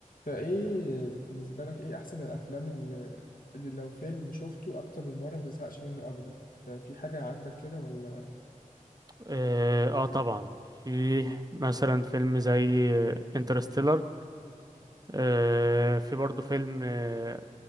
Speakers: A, on the left (about 85°); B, on the right (about 30°).
A: فايه بالنسبة لك ايه احسن الافلام اللي, اللي لو فيلم شفته اكتر من مرة ما تزهقش منه ابدا يعني في حاجة عندك كده ولا
B: اه آه طبعا في مثلا فيلم زي انترستيلر آه في برضو فيلم آه